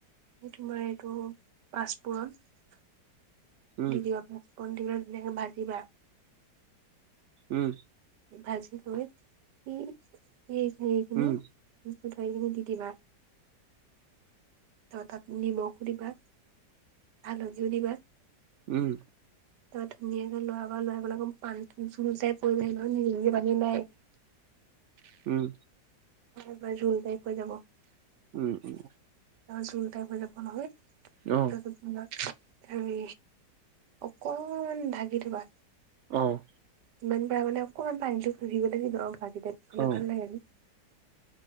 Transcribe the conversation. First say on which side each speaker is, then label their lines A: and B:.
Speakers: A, on the right (about 70°); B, on the right (about 80°).
A: এই তোমাৰ এইটো পাঁচপোৰণ, দি
B: উম,
A: দিবা। পাঁচপুৰণ দি লৈ ধুনীয়াকে ভাজিবা।
B: উম।
A: ভাজি লৈ, সেই, সেই হেৰি খিনি
B: উম,
A: কচু ঠাৰি খিনি দি দিবা। তাপা তাত নিমখো দিবা। হালধিয়ো দিবা।
B: উম।
A: তই ধুনীয়াকে লৰা বা লৰাই পেলাই ক পান জোলচাই পৰি যায় ন নিজে, নিজে পানীওলাই আহে <unintelligible>
B: উম।
A: হয়বাৰ ফোন তাৰিখ <unintelligible> হৈ যাব
B: উম, উম।
A: ত জোল টাইম হৈ যাব নহয়।
B: অহ।
A: তাৰ পিছত তোমাক তুমি অকমান ঢাগি থবা।
B: অ'।
A: ইমান পাৰ মানে অকণমান পানীটো সুহিব লাগিব আৰু ভাজিটাই থাকিলে
B: অ',
A: ভাল লাগে যে।